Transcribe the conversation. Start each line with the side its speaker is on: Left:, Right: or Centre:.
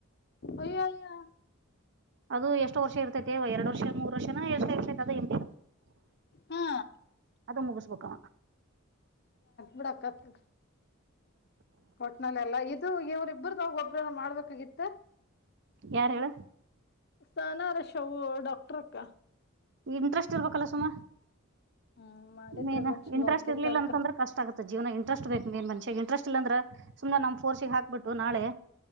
Left: ಅಯ್ಯಯ್ಯೋ
Right: ಅದು ಎಷ್ಟು ವರ್ಷ ಇರ್ತೈತೆ ಎರಡು ವರ್ಷ ಮೂರ್ ವರ್ಷನ ಎಷ್ಟು ವರ್ಷ.
Left: ಹಾ
Right: ಅದು ಮುಗಸಬೇಕ ಅವ.
Left: ಮಡಾಕತ್ತು. ಕೊಟ್ನಲ್ಲ ಎಲ್ಲ ಇದು ಇವ್ರ ಇಬ್ಬ್ರ್ದಾಗ ಒಬ್ರಲ್ಲ ಮಾಡ್ಬೇಕಾಗಿತ್ತ.
Right: ಯಾರು ಹೇಳ.
Left: ಸ ನ ರ ಶವು ಡಾಕ್ಟರ್ಕ್ಕ.
Right: ಈ ಇಂಟ್ರೆಸ್ಟ್ ಇರ್ಬೇಕಲ್ಲ ಸುಮ
Left: ಹ್ಮ್ ಮಾಡಿದ್ರಲ್ಲ
Right: ಮನ್
Left: ಚಲೋ
Right: ಇಂಟ್ರೆಸ್ಟ್
Left: ಆಕಿತ್ತ
Right: ಇರ್ಲಿಲ್ಲ
Left: ಅಕ್ಕ
Right: ಅಂತಂದ್ರೆ ಕಷ್ಟ ಆಗುತ್ತೆ ಜೀವನ. ಇಂಟರೆಸ್ಟ್ ಬೇಕ ನೀನ್ ಮನ್ಷಿಗೆ ಇಂಟೆಸ್ ಇಲ್ಲ ಸುಮ್ನೆ ನಮ್ ಫೋರ್ಸ್ ಆಗ್ಬಿಟ್ಟು ನಾಳೆ.